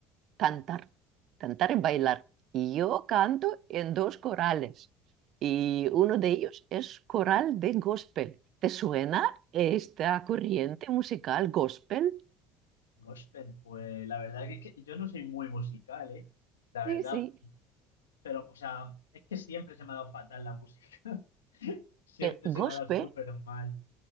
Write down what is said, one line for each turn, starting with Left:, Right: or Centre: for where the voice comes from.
Right: cantar. Cantar y bailar.
Left: Anda,
Right: Y yo canto en dos corales. Y uno de ellos es coral de gospel. ¿Te suena esta corriente musical gospel?
Left: Gospel, pues la verdad que, es que yo no soy muy musical, ¿eh? La
Right: Sí,
Left: verdad,
Right: sí.
Left: pero, o sea, es que siempre se me ha dado fatal la música. <laughs> Siempre
Right: Eh, Gospel,
Left: se me ha dado súper mal.